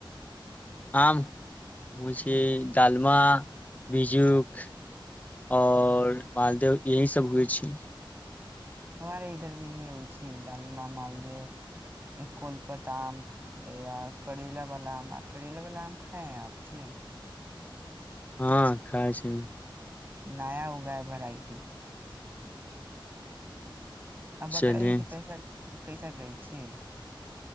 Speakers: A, on the left; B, on the right.
A: आम होइ
B: ह
A: छै डालमा भीजुख ओर
B: ह
A: मालदेव यही सब होइ छी
B: हमारे इधर भी य होइ छै दालमा मालदेव कोलपत आम या करैला वाला आम करैला वाला आम खाए है आम छै
A: हँ खाय छै
B: नया उगा है वेराइटी अब बकरा
A: चलिये
B: ईद कैसन कैसा गाय छिय